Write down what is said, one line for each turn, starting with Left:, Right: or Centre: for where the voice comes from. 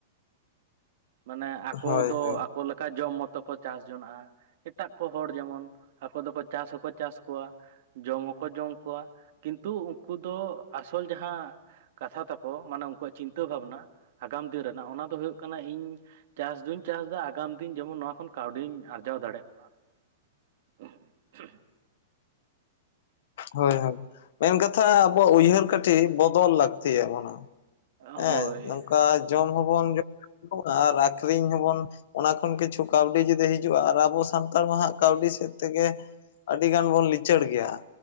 Right: ᱢᱟᱱᱮ ᱟᱠᱚ
Left: ᱦᱳᱭ
Right: ᱫᱚ
Left: ᱦᱳᱭ
Right: ᱟᱠᱚ ᱞᱟᱹ ᱚᱱᱠᱟ ᱡᱚᱢ ᱢᱚᱛᱚ ᱠᱚ ᱪᱟᱥ ᱡᱚᱱᱟᱜᱼᱟ ᱮᱴᱟᱜ ᱠᱚ ᱦᱚᱲ ᱡᱮᱢᱚᱱ ᱟᱠᱚ ᱫᱚᱠᱚ ᱪᱟᱥ ᱦᱚᱸᱠᱚ ᱪᱟᱥ ᱠᱚᱣᱟ ᱡᱚᱢ ᱦᱚᱸᱠᱚ ᱡᱚᱢ ᱠᱚᱣᱟ ᱠᱤᱱᱛᱩ ᱩᱱᱠᱩ ᱫᱚ ᱟᱥᱚᱞ ᱡᱟᱦᱟᱸ ᱠᱟᱛᱷᱟ ᱛᱟᱠᱚ ᱢᱟᱱᱮ ᱩᱱᱠᱩᱣᱟᱜ ᱪᱤᱱᱛᱟᱹ ᱵᱷᱟᱵᱽᱱᱟ ᱟᱜᱟᱢ ᱫᱤᱱ ᱨᱮᱱᱟᱜ ᱚᱱᱟ ᱫᱚ ᱦᱩᱭᱩᱜ ᱠᱟᱱᱟ ᱤᱧ ᱪᱟᱥ ᱫᱩᱧ ᱪᱟᱥ ᱮᱫᱟ ᱟᱜᱟᱢ ᱫᱤᱱ ᱡᱮᱢᱚᱱ ᱱᱚᱣᱟ ᱠᱷᱚᱱ ᱠᱟᱹᱣᱰᱤᱧ ᱟᱨᱡᱟᱣ ᱫᱟᱲᱮᱭᱟᱜ ᱢᱟ᱾ <unintelligible>
Left: ᱦᱳᱭ ᱦᱳᱭ ᱢᱮᱱ ᱠᱟᱛᱷᱟ ᱟᱵᱚᱣᱟᱜ ᱩᱭᱦᱟᱹᱨ ᱠᱟᱹᱴᱤᱡ ᱵᱚᱫᱚᱞ ᱞᱟᱹᱠᱛᱤ ᱭᱟᱵᱚᱱᱟ᱾
Right: ᱢᱟ᱾
Left: ᱦᱮᱸ
Right: ᱦᱳᱭ
Left: ᱱᱚᱝᱠᱟ ᱡᱚᱢ ᱦᱚᱸᱵᱚᱱ ᱡᱚᱢᱟ ᱠᱚᱣᱟ ᱟᱨ ᱟᱠᱷᱨᱤᱧ ᱦᱚᱸᱵᱚᱱ ᱚᱱᱟ ᱠᱷᱚᱱ ᱠᱤᱪᱷᱩ ᱠᱟᱹᱣᱰᱤ ᱡᱩᱫᱤ ᱦᱤᱡᱩᱜᱼᱟ ᱟᱨ ᱟᱵᱚ ᱥᱟᱱᱛᱟᱲ ᱢᱟᱦᱟᱜ ᱠᱟᱹᱣᱰᱤ ᱥᱮᱫ ᱛᱮᱜᱮ ᱟᱹᱰᱤ ᱜᱟᱱ ᱵᱚᱱ ᱞᱤᱪᱟᱹᱲ ᱜᱮᱭᱟ᱾